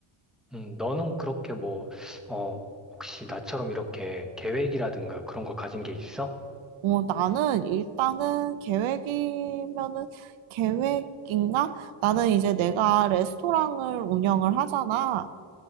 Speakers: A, in the centre; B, on the right (about 70°).
A: 음, 너는 그렇게 뭐, 어, 혹시 나처럼 이렇게 계획이라든가 그런 거 가진 게 있어?
B: 어, 나는 일단은 계획이면은 계획인가? 나는 이제 내가 레스토랑을 운영을 하잖아.